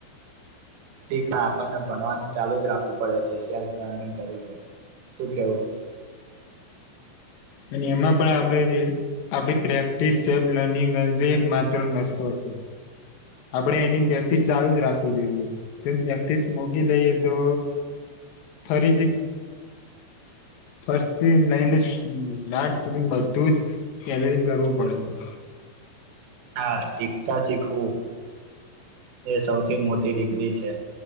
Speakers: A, on the right (about 75°); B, on the left (about 55°).
A: <unintelligible> આપણને ભણવાનું ચાલુ જ રાખવું પડે છે સેલ્ફ રનિંગ તરીકે શું કેવું
B: અને એમાં પણ આપણે જે આપડી પ્રેક્ટિસ લર્નિંગ અને જે એક માત્ર રસ્તો છે આપણેે એની પ્રેક્ટિસ ચાલુ જ રાખવી જોઈએ તો પ્રેક્ટિસ મૂકી દઈએ તો ફરીથી ફસ્ટથી લઈને હમ લાર સુધી બધું જ કેલરિંગ કરવું પડે છે
A: હા શીખતા શીખવું એ સૌથી મોટી ડિગ્રી છે